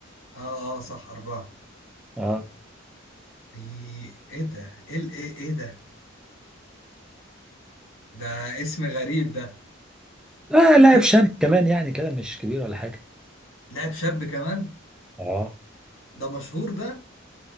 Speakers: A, on the left (about 70°); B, in the centre.
A: اه اه صح أربعة
B: اه
A: ايه ايه ده ايه ال- ايه ايه ده ده اسم غريب ده
B: لا لاعب
A: في ح-
B: شاب كمان يعني كده مش كبير ولا حاجة
A: لاعب شاب كمان
B: اه
A: ده مشهور ده